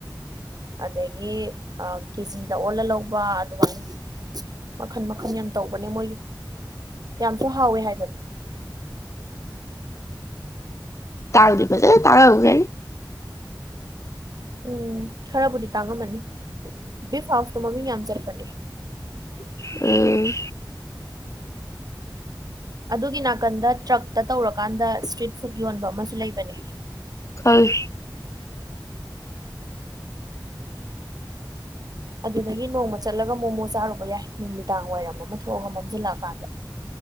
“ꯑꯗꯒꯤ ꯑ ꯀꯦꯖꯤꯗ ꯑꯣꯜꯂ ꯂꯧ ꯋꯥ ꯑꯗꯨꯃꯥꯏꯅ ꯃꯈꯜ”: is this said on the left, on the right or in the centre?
Right